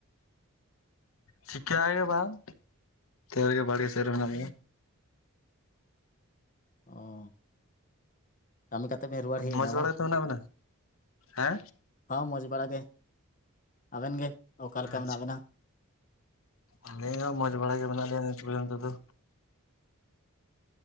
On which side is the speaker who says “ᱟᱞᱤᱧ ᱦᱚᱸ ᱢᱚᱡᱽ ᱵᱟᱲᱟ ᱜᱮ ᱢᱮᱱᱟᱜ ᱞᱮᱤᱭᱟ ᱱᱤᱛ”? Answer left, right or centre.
Left